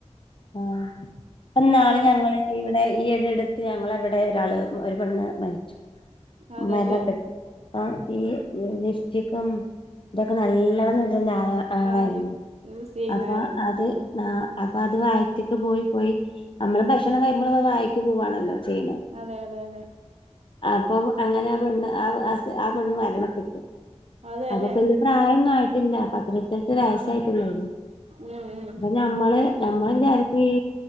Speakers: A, on the left; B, on the right.
A: ആ ഇപ്പൊന്നാള്
B: ആഹ്
A: ഞങ്ങള് ഇവിടെ ഈയിടെ എടുത്ത് ഞങ്ങളെവിടെ ഒരാള് ഒരു പെണ്ണ് മരി ച്ചു
B: അതെല്ലേ
A: മരണപ്പെട്ട് ആ ഈ ലിഫ്റ്റിക്കും തൊക്കെ നല്ലവണ്ണം ഇട്ണ്ട ആളാ ആളായിരുന്നു
B: ആഹ് യൂസ് ചെയ്യുന്നായിരുന്നു
A: അപ്പൊ അത്
B: ഉം
A: ന്നാ അപ്പൊ അത് വയറ്റ്ക്ക് പോയി പോയി നമ്മള് ഭക്ഷണം കഴിക്കുമ്പോളൊക്കെ അത് വായക്ക് പോവാണല്ലോ ചെയ്യ്ണ്
B: അതെ അതെ അതെ
A: അപ്പൊ അങ്ങനെ ആ പെണ്ണ് ആ ആ സ് ആ പെണ്ണ് മരണപ്പെട്ടു
B: അതെല്ലേ
A: അപ്പൊപ്പാ പ്രായൊന്നും ആയിട്ടില്ല പത്തിരുപത്തെട്ട് വയസ്സായിട്ടുള്ളേയ്
B: ഉം ഉം
A: ഞമ്മള് ഞമ്മള് വിചാരിക്കും ഈ